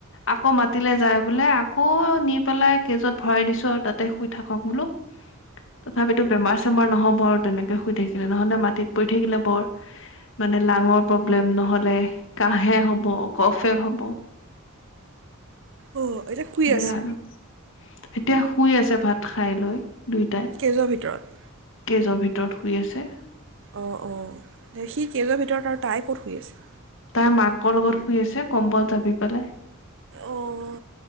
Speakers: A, on the left; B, on the right.
A: আকৌ মাতিলে যায় বোলে আকৌ নি পেলাই কেজত ভৰাই দিছো আৰু তাতে শুই থাকক বোলো তথাপিতো বেমাৰ চেমাৰ নহ'ব বৰ তেনেকে শুই থাকিলে নহলে মাটিত পৰি থাকিলে বৰ, মানে লাঙৰ প্ৰব্লেম নহলে, কাহে হব, কফে হ'ব
B: অহ এতিয়া শুই
A: সেয়া
B: আছে
A: আৰু এতিয়া শুই আছে ভাত খাই লৈ দুইটাই
B: কেজৰ ভিতৰত
A: কেজৰ ভিতৰত শুই আছে
B: অহ অহ, দে সি কেজৰ ভিতৰত আৰু তাই ক'ত <unintelligible> আছে
A: তাৰ মাকৰ লগত শুই আছে কম্বল জাপি পেলাই
B: অহ,